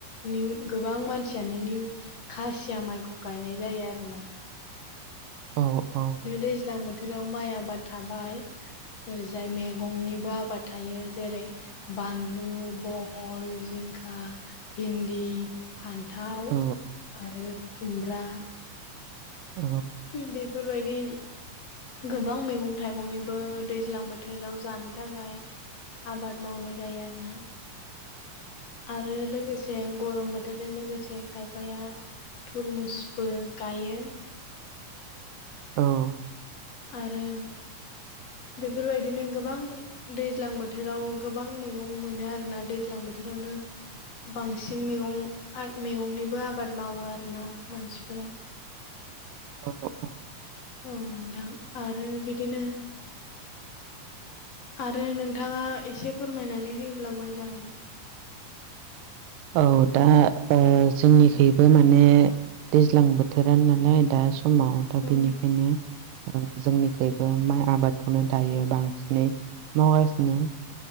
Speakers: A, on the left; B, on the right.
A: नि गोबां मानसियानो निउ खासिया माइखौ गायनाय जायो आरो ना
B: औ औ
A: दैज्लां बोथोराव माइ आबाद थाबाय ओरैजाय मैगंनिबो आबाद थायो जेरै बानलु बहल जिंखा भिन्दि फान थाव
B: औ
A: आरो खुमब्रा
B: औ
A: बेफोरबायदि गोबां मैगं थाइगंनिबो दैज्लां बोथोराव जानो थाखाय आबाद मावनाय जायो आरोना। आरो लोगोसे गरम बोथोरजों लोगोसे जे खायफाया थरमुसबो गायो
B: औ
A: आरो बेफोरबायदिनो गोबां दैज्लां बोथोराव गोबां मैगं मोनो आरोना दैज्लां बोथोरावनो बांसिन मैगं मैगंनिबो आबाद मावो आरोना मानसिफोरा
B: औ
A: औ नोंथां आरो बिदिनो आरो नोंथाङा एसे फोरमायनानै होयोब्ला मोजांमोन
B: औ दा ओ जोंनिखै
A: उम
B: बो माने दैज्लां बोथोरा नालाय दा समाव दा
A: उम,
B: बेनिखायनो जोंनिखुइबो माइ आबादखौनो दायो बांसिनै मावगासिनो